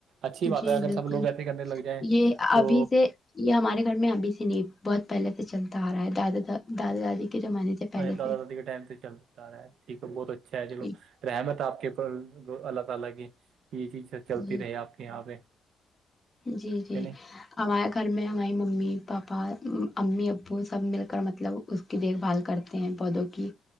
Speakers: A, on the right; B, on the left.
A: اچھی بات
B: جی
A: ہے اگر
B: بالکل
A: سب لوگ ایسے کرنے لگ جائیں
B: یہ
A: تو
B: ابھی سے یہ ہمارے گھر میں ابھی سے نہیں بہت پہلے سے چلتا آ رہا ہے دادا دادا دادی کے زمانے سے پہلے
A: ا دادا
B: سے
A: داد کے ٹائم سے چل ٹھیک ہے بہت اچھا ہے چلو
B: جی
A: رحمت اپ کے اوپر اللہ تعالی کی چلتی
B: جی
A: رہی آپ کے یہاں پہ
B: جی جی
A: کہ نہیں
B: ہمارے گھر میں ہماری ممی پاپا امی ابو سب مل کر مطلب اس کی دیکھ بھال کرتے ہیں پودوں کی